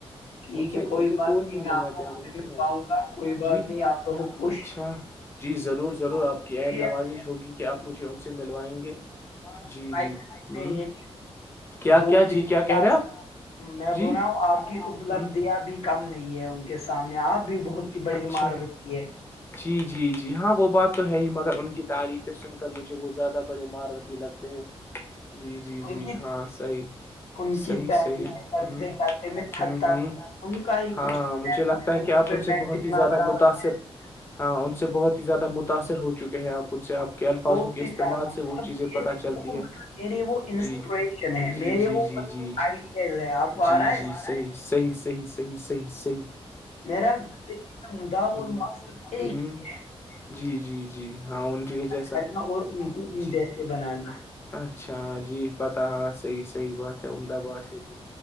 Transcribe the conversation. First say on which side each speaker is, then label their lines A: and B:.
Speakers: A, on the left; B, on the left.
A: ٹھیک
B: ان سے
A: ہے کوئی
B: ان سے
A: بات
B: کو نہیں ملنا
A: میں آپ
B: چاہیے نہیں
A: سے مل پاؤں
B: ما
A: گا کوئی
B: جی
A: بات نہیں آپ رہو خوش
B: اچھا جی ضرور ضرور آپ کی عین
A: بھی
B: نوازش ہوگی کہ آپ مجھے ان سے ملوائیں گے جی
A: بائ
B: جی
A: کر
B: ہ
A: یہ
B: کیا
A: گ
B: کیا جی کیا کہہ
A: کا
B: رہے آپ
A: میں
B: جی
A: بول رہا ہوں آپ کی اپلبدیاں
B: ہ
A: بھی کم نہیں ہے ان کے سامنے آپ بھی بہت ہی بڑی
B: اچھا
A: ماروتی ہے
B: جی جی جی ہاں وہ بات تو ہے ہی مگر ان کی تعریفیں سن کر مجھے وہ زیادہ بڑے مار لگتے ہیں جی جی
A: ان
B: جی
A: کی
B: ہاں صحیح
A: ان کی
B: صحیح
A: تعریفیں
B: صحیح
A: کرتے
B: ہ
A: کرتے میں تھکتا
B: ہ ہ
A: نہیں ان کا ہی
B: ہاں
A: کچھ
B: مجھے لگتا ہے
A: اس
B: کہ آپ
A: پہ
B: ان سے
A: میں
B: بہت
A: اتنا
B: ہی زیادہ
A: بڑا
B: متاثر
A: بن
B: ہاں انن سے بہت ہی زیادہ متاثر ہو چکے ہیں آپ ان سے آپ کے الفاظوں
A: بہت
B: کے
A: ہی
B: استعمال
A: زیادہ مطلب
B: سے وہ چیزیں
A: میرے
B: پتہ چلتی
A: وہ مطلب
B: ہے
A: میرے وہ انسپریشن
B: جی
A: ہے
B: جی
A: میرے
B: جی
A: وہ
B: جی
A: مطلب
B: جی
A: آئیڈیل ہے آپ کو آ
B: جی
A: رہا
B: جی
A: ہے
B: صی صحیح صی صحیح صی صی
A: میرا زندگی میں مدا اور
B: ہ
A: مقصد ایک
B: ہ
A: ہی ہے
B: جی جی جی ہاں ان چ جیسا
A: کرنا اور ان کو
B: جی
A: جیسے بنانا
B: اچھا جی پتا ہاں سحی سحی بات ہے امد باد ہے جی